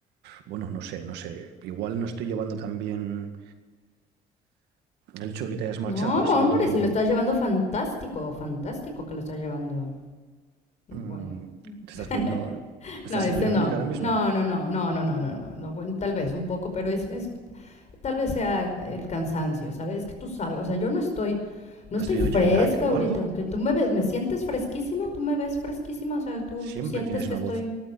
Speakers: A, on the right; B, on the left.
A: bueno, no sé, no sé. Igual no estoy llevando tan bien el hecho de que te hayas
B: No,
A: marchado, ha
B: hombre,
A: sido todo
B: si lo estás llevando fantástico, fantástico que lo estás llevando.
A: Mm,
B: Bueno.
A: ¿te estás
B: <laughs>
A: poniendo, estás
B: no, este
A: siendo irónica
B: no.
A: ahora mismo
B: No,
A: o qué?
B: no, no, no, no, no, no, no, no. Bueno, tal vez un poco, pero es, es tal vez sea el cansancio, ¿sabes? Que tú sabes, o sea, yo no estoy no
A: ¿Has
B: estoy
A: tenido
B: fresca
A: jet lag o
B: ahorita,
A: algo?
B: que tú me ves, me sientes fresquísima, tú me ves fresquísima, o sea, tú
A: Siempre
B: tú sientes
A: tienes
B: que
A: una
B: estoy
A: voz